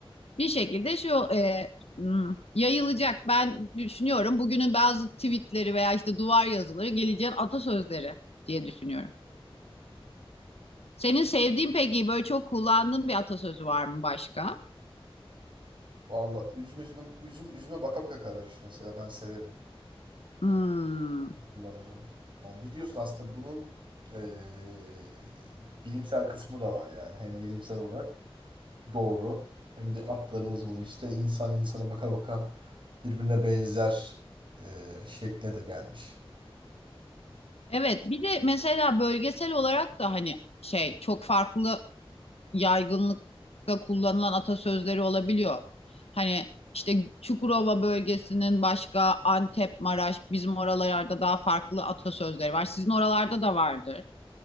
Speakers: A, on the left; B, on the right.
A: bir şekilde şu e, hmm, yayılacak. Ben düşünüyorum bugünün bazı tweetleri veya işte duvar yazıları geleceğin atasözleri diye düşünüyorum. Senin sevdiğin peki böyle çok kullandığın bir atasözü var mı başka?
B: Valla üzüm üzüm üzüm üzüme baka baka kararır mesela ben severim
A: Hmm.
B: kullanırım. Ama biliyorsun aslında bunun ee, bilimsel kısmı da var yani hem bilimsel olarak Doğru. Hem de atlarımız bunu işte insan insana baka baka birbirine benzer e, şekle de gelmiş.
A: Evet, bir de mesela bölgesel olarak da hani şey çok farklı yaygınlıkta kullanılan atasözleri olabiliyor. Hani işte Çukurova bölgesinin başka Antep, Maraş, bizim oralarda daha farklı atasözleri var. Sizin oralarda da vardır.